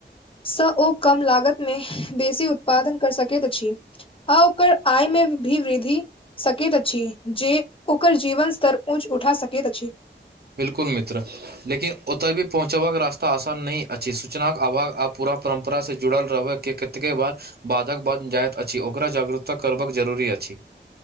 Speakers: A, on the left; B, on the right.
A: स ओ कम लागत नै बेसी उत्पादन कर सकैत अछि आ ओकर आय मे भी वृद्धि सकैत अछि जे ओकर जीवन स्तर ऊँच उठा सकैत अछि
B: बिलकुल मित्र लेकिन ओतय भी पहुँचबाक रास्ता आसान नहि अछि सूचनाक अभाव आब पूरा परम्परा से जुड़ल रहैके कतेक के बाद बाधक बन जायइत अछि ओकरा जागरूकता करबाक जरूरी अछि